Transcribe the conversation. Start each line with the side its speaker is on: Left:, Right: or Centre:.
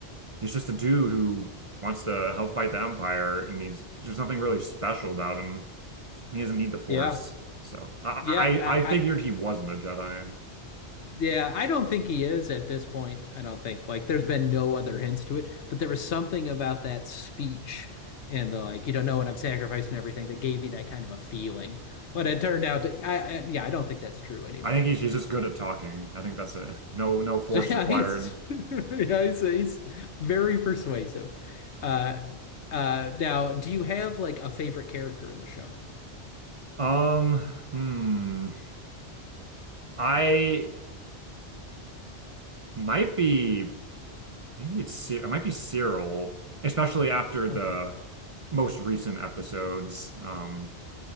Right: he's just a dude who wants to help fight the Empire and he's there's nothing really special about him. He doesn't need the Force.
Left: Yeah.
Right: So I
Left: Yeah.
Right: I, I figured he wasn't a Jedi.
Left: Yeah, I don't think he is at this point. I don't think like there's been no other hints to it, but there was something about that speech and the like, you don't know what I'm sacrificing and everything that gave me that kind of a feeling. But it turned out to, I, I yeah, I don't think that's true anymore.
Right: I think he's, he's just good at talking. I think that's it. No no
Left: <laughs>
Right: force
Left: Yeah,
Right: required.
Left: he's <laughs> yeah, he's he's very persuasive. Uh uh now, do you have like a favorite character in the show?
Right: Um, hmm. I might be, maybe it's, Cy- it might be Cyril, especially after
Left: Oh,
Right: the
Left: <laughs>
Right: most recent episodes. Um,